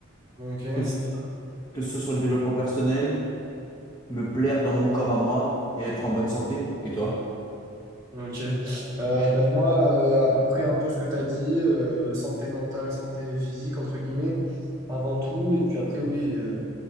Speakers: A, on the right (about 15°); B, on the left (about 20°).
A: Ok.
B: que ce, que ce soit le développement personnel, me plaire dans mon corps à moi et être en bonne santé. Et toi?
A: Ok. Euh, ben moi, euh, à peu près un peu ce que tu as dit, euh, santé mentale, santé physique, entre guillemets, avant tout. Et puis après, oui, euh,